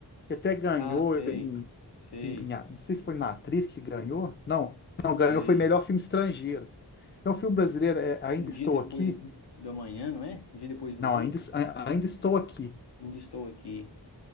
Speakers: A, on the left; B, on the left.
A: que até ganhou
B: Ah, sei.
A: em,
B: Sei.
A: em- a- não sei se foi na atriz que ganhou. Não,
B: Sei.
A: não, ganhou, foi melhor filme estrangeiro. É um filme brasileiro, é Ainda
B: Um dia
A: Estou
B: depois
A: Aqui.
B: do amanhã, não é? Um dia depois do
A: Não,
B: outro.
A: ainda, Ainda Estou Aqui.
B: Ainda estou aqui.